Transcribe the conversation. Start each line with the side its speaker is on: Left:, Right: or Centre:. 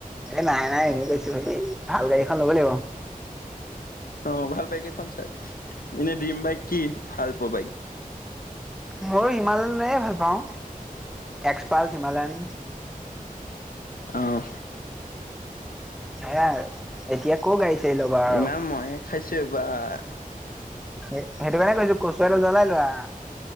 Centre: এ নাই নাই এনেই কৈছো ভাবি ভাল গাড়ীখন লৱ লাগিব।
Left: অ ভাল বাইক এখন চাই এনে ড্ৰিম বাইক কি ভাল পোৱা বাইক।
Centre: মোৰ ইমানে ভাল পাওঁ। X pulse Himalayan.
Left: আহ।
Centre: সেয় আৰু এতিয়া ক গাড়ী চাৰি ল'বা আৰু
Left: ইমান মহে খাইছে। <unintelligible>
Centre: সেইটো কাৰণে কৈছো কচুৱাটো জ্বলাই লোৱা।